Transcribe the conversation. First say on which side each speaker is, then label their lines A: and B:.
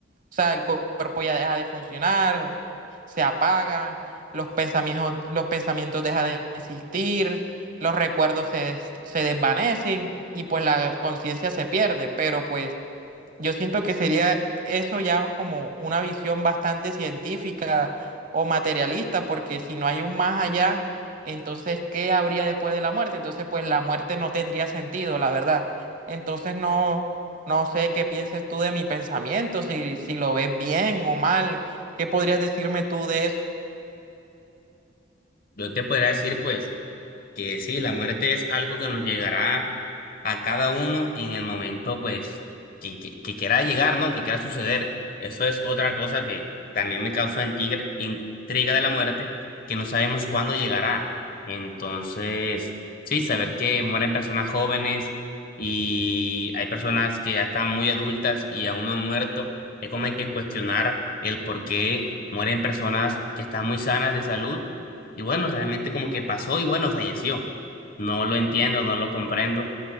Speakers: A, on the right (about 45°); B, on the left (about 50°).
A: O sea, el cu- cuerpo ya deja de funcionar, se apaga, los pensamientos, los pensamientos dejan de existir, los recuerdos se, des- se desvanecen y pues la conciencia se pierde, pero pues yo siento que sería eso ya como una visión bastante científica o materialista, porque si no hay un más allá, entonces, ¿qué habría después de la muerte? Entonces, pues la muerte no tendría sentido, la verdad. Entonces, no, no sé qué pienses tú de mi pensamiento, si, si lo ves bien o mal, ¿qué podrías decirme tú de eso?
B: Yo te podría decir pues que sí, la muerte es algo que nos llegará a cada uno en el momento, pues, que, que, que quiera llegar, ¿no? Que quiera suceder. Eso es otra cosa que también me causa intriga, intriga de la muerte, que no sabemos cuándo llegará. Entonces, sí, saber que mueren personas jóvenes y hay personas que ya están muy adultas y aún no han muerto, es como hay que cuestionar el por qué mueren personas que están muy sanas de salud y bueno, realmente como que pasó y bueno, falleció. No lo entiendo, no lo comprendo.